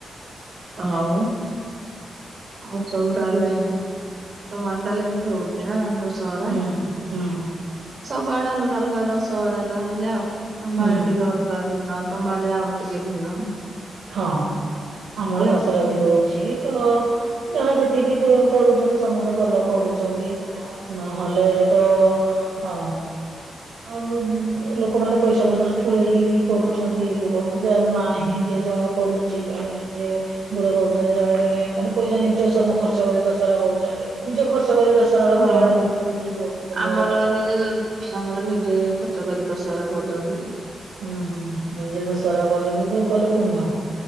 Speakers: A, on the right; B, on the right.
A: ହଉ ଆଉ ସବୁ ତାହେଲେ ତମର ତାହେଲେ ଏମିତି ହଉଛି ନା ଦଶହରା
B: ହୁଁ ହୁଁ
A: ସବୁ ଆଡେ ଅ ଅଲଗା ଦଶହରା ତାହେଲେ ଆଉ
B: ହୁଁ
A: ଟିକେ ଅଲଗା ଦିନ ତମ ଆଡେଟିକେ ଭିନ୍ନ
B: ହଁ
A: ଏମିତି
B: ଆମର ଦସରା
A: ଆଉ।
B: ବି ହଉଚି ତ ଯାହା ଯେତିକି କରୁଚନ୍ତି ସମସ୍ତେ ଭଲ କରୁଛନ୍ତି ନହେଲେ ତ ଅ ଆଉ ଲୋକମାନେ ପଇସା ପତ୍ର ଠୁଳେଇକି ବି କରୁଛନ୍ତି ଲୋକ ଯାହାର ନାହିଁ । ଯିଏ ଜଣେ କରୁଛି ଜଣେ ଯିଏ ଗୁୁରେ କରୁଛନ୍ତି ଜଣେ ଜଣେ ମାନେ ପଇସା ନିଜ ସବୁ ଖର୍ଚ୍ଚ କରି ଦ କରୁଛନ୍ତି ନିଜ ଖର୍ଚ୍ଚ କରି ଦଶହରାଟା
A: ହଁ
B: କରିବାଟା ବହୁତ ହଉଛି ପୁଣ୍ୟର
A: ଆମର
B: କଥା
A: ନିଜେ ଆମର ନିଜେ ଖର୍ଚ୍ଚ କରି ଦ ସାରା କରୁଛନ୍ତି କି?
B: ହୁଁ ହୁଁ ନିଜେ ଦସହରା କରିକି ତ କଲେ ପୁଣ୍ୟ।